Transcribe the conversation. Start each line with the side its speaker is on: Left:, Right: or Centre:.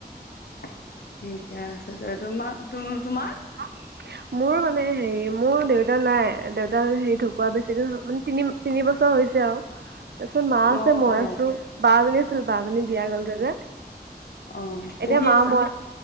Left: ঠিকে আছে দিয়া, তোমাৰ-তোমাৰ
Right: <inaudible> মোৰ মানে হেৰি মোৰ দেউতা নাই, দেউতা হেৰি ঢোঁকুৱা বেছিকৈ মানে তিনি-তিনি বছৰ হৈছে আৰু তাৰপিছত মা
Left: অ
Right: আছে, মই
Left: অ
Right: আছোঁ, বা এজনী আছিল বা জনী বিয়া হ'লগৈ যে
Left: অ‌',
Right: এতিয়া
Left: পঢ়ি
Right: মা
Left: আছা?
Right: মই